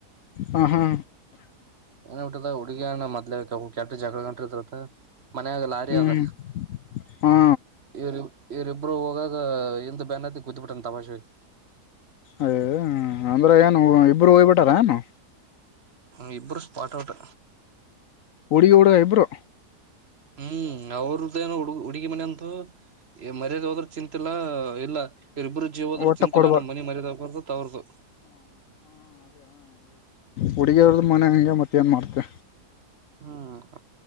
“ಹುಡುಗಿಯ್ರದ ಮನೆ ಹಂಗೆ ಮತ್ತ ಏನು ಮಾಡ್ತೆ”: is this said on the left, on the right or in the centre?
Left